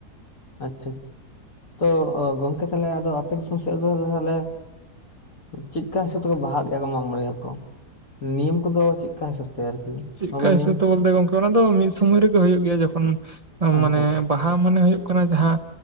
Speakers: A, on the left; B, on the right.
A: ᱟᱪᱪᱷᱟ ᱛᱚ ᱚᱸ ᱜᱚᱝᱠᱮ ᱛᱟᱦᱚᱞᱮ ᱟᱯ ᱟᱯᱮ ᱫᱤᱥᱟᱹᱢ ᱥᱮᱫ ᱫᱚ ᱛᱟᱦᱚᱞᱮ ᱪᱮᱫᱠᱟ ᱦᱤᱥᱟᱹᱵ ᱛᱮᱠᱚ ᱵᱟᱦᱟ ᱜᱮᱭᱟ ᱠᱚ ᱢᱟᱜ ᱢᱚᱬᱮ ᱟᱠᱚ? ᱱᱤᱭᱚᱢ ᱠᱚᱫᱚ ᱪᱮᱫ ᱠᱟ ᱦᱤᱥᱟᱹᱵ? ᱛᱮ ᱟᱨᱠᱤ
B: ᱪᱮᱫ
A: ᱱᱚᱣᱟ
B: ᱠᱟ
A: ᱫᱚ
B: ᱦᱤᱥᱟᱹᱵ
A: ᱱᱤᱢ
B: ᱛᱮ ᱵᱚᱞᱛᱮ ᱜᱚᱢᱠᱮ ᱚᱱᱟ ᱫᱚ ᱢᱤᱫ ᱥᱚᱢᱚᱭ ᱨᱮᱜᱮ ᱦᱩᱭᱩᱜ ᱜᱮᱭᱟ, ᱡᱚᱠᱷᱚᱱ
A: ᱟᱪᱪᱷᱟ
B: ᱢᱟᱱᱮ ᱵᱟᱦᱟ ᱢᱟᱱᱮ ᱦᱩᱭᱩᱜ ᱠᱟᱱᱟ ᱡᱟᱦᱟᱸ